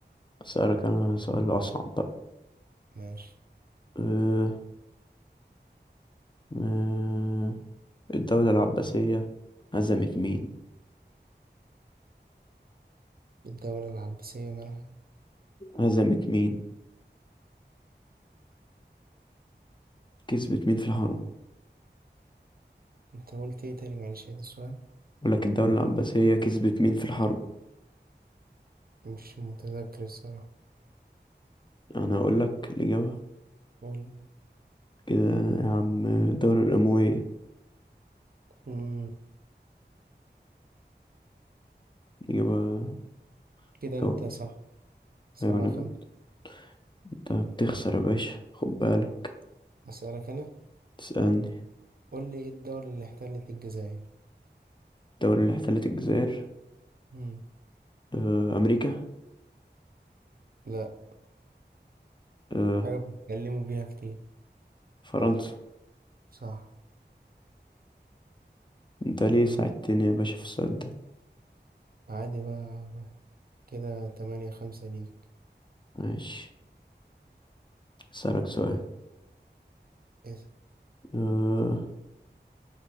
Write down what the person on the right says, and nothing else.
ماشي
الدولة العباسية مالها
آه. انت قلت ايه تاني معلش هذا السؤال
مش متذكر الصراحة
قول
امم
كده
انت صح سبعة
خمسة
اسألك انا
قول لي ايه الدولة اللي احتلت الجزائر
امم
لا
حاجة بيتكلموا بيها كتير
صح
لو
عادي بقى بقى. كده تمانية خمسة ليك
اسأل